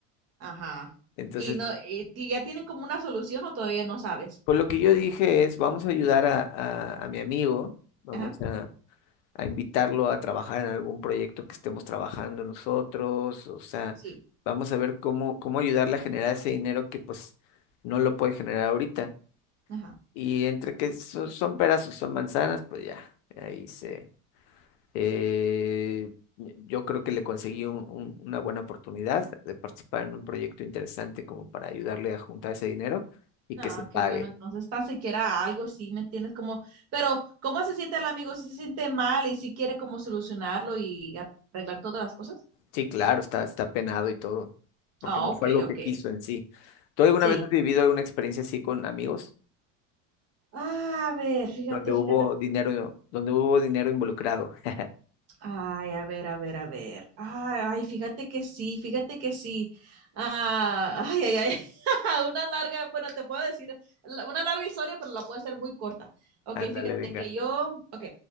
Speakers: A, on the right; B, on the left.
A: ajá.
B: Entonces,
A: Y no, sí. y ti- ya tienen como una solución o todavía no sabes.
B: por lo que yo dije es, vamos a ayudar a, a- a mi amigo, vamos
A: Ajá,
B: a, a invitarlo a trabajar en algún proyecto que estemos trabajando nosotros, o sea,
A: sí,
B: vamos a ver cómo, cómo ayudarle a generar ese dinero que pues no lo puede generar ahorita.
A: ajá.
B: Y entre que so- son peras o son manzanas, pues ya, ahí se... Eh, yo creo que le conseguí un- un- una buena oportunidad de participar en un proyecto interesante como para ayudarle a juntar ese dinero y
A: Ah,
B: que se pague.
A: qué bueno, entonces tan siquiera algo, sí, ¿me entiendes? Como, pero ¿cómo se siente el amigo? Si se siente mal y si quiere como solucionarlo y arreglar todas las cosas?
B: Sí, claro, está, está penado y todo, porque
A: Ah,
B: no
A: ok,
B: fue algo
A: ok.
B: que quiso en sí. ¿Tú alguna
A: Sí.
B: vez has vivido alguna experiencia así con amigos
A: Ah, a ver, fíjate,
B: donde hubo
A: fíjate.
B: dinero, donde hubo dinero involucrado? <laughs>
A: Ay, a ver, a ver, a ver. Ay, ay, fíjate que sí, fíjate que sí. Ah, ay, ay, ay. <laughs> Una larga, bueno, te puedo decir la- una larga historia, pero la puedo hacer muy corta. Ok,
B: Ándale,
A: fíjate
B: venga.
A: que yo, ok,